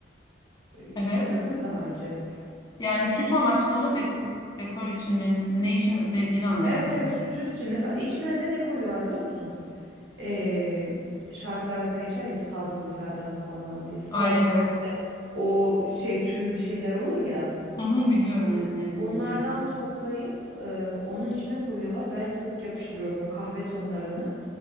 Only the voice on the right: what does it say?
E, hiç
gördün mü daha önce?
Evet evet süs için mesela içine de ne koyuyorlar biliyor musun? Ee, şarkılarda da geçer ya sazlıklardan havalanan diye. Sazlık
böyle o şey tüylü şeyler olur ya.
Onlardan
toplayıp e, onun içine koyuyorlar. Ben çok yakıştırıyorum o kahve tonlarını